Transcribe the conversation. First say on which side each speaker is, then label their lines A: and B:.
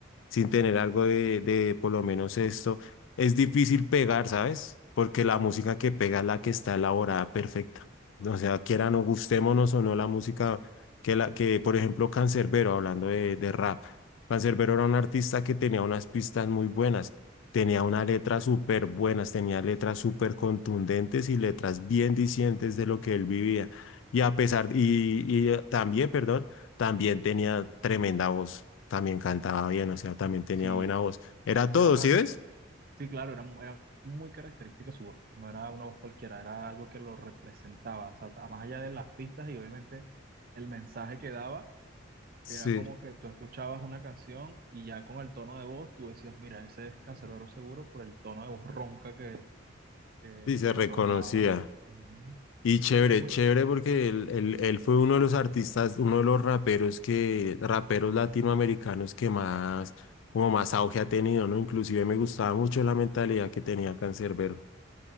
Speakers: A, on the left; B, on the right.
A: sin tener algo de, de por lo menos esto, es difícil pegar, ¿sabes? Porque la música que pega es la que está elaborada perfecta. O sea, quiera o gustémonos o no la música que, la, que por ejemplo, Canserbero, hablando de, de rap, Canserbero era un artista que tenía unas pistas muy buenas, tenía
B: es
A: unas
B: correcto,
A: letras
B: sí.
A: súper buenas, tenía letras súper contundentes y letras bien dicientes de lo que él vivía. Y a pesar, y, y eh, también, perdón, también tenía tremenda voz también cantaba bien, o sea, también tenía
B: Sí,
A: buena voz. Era todo,
B: era una
A: ¿sí ves?
B: Sí, claro, era, era muy característica su voz, no era una voz cualquiera, era algo que lo representaba, o sea, ta- más allá de las pistas y obviamente el mensaje que daba,
A: Sí.
B: era como que tú escuchabas una canción y ya con el tono de voz tú decías, mira, ese es Canserbero seguro por el tono de voz ronca que, que,
A: Sí, se
B: que
A: reconocía.
B: entonaba, ¿no? Ujú.
A: Y
B: Y
A: chévere,
B: sí, es muy,
A: chévere porque él, él- él fue uno de los artistas, uno de los raperos que, raperos latinoamericanos que más, como más auge ha tenido, ¿no? Inclusive me gustaba mucho la mentalidad que tenía Cancerbero